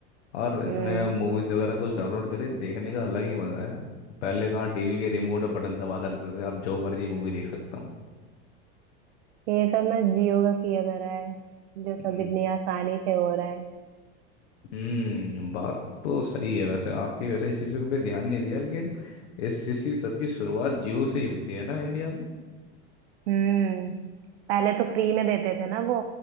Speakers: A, on the left (about 85°); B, on the right (about 75°).
A: और इसमें
B: हम्म
A: मूवीज़ वगैरह कुछ डाउनलोड करे देखने का अलग ही मज़ा है पहले कहाँ टीवी के रिमोट पे बटन दबाता रहते थे अब जो मर्जी मूवी देख सकता हूँ
B: ये सब ना जियो का किया जा रहा है जो
A: हम्म
B: सब इतनी आसानी से हो रहा है
A: हम्म, बात तो सही है वैसे आपकी वैसे इस चीज़ पे कभी ध्यान नहीं दिया लेकिन इस चीज़ की सबकी शुरुआत जियो से ही हुई थी है ना इंडिया
B: हम्म पहले तो फ्री में देते थे ना वो